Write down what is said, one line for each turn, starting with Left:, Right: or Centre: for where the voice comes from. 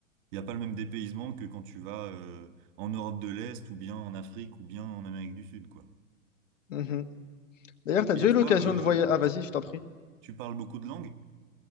Right: il n'y a pas le même dépaysement que quand tu vas euh, en Europe de l'Est ou bien en Afrique ou bien en Amérique du Sud, quoi.
Left: Mhm. D'ailleurs, t'as
Right: Et
Left: déjà eu
Right: toi,
Left: l'occasion
Right: euh,
Left: de voyager. Ah, vas-y,
Right: tu,
Left: je t'en prie.
Right: tu parles beaucoup de langues?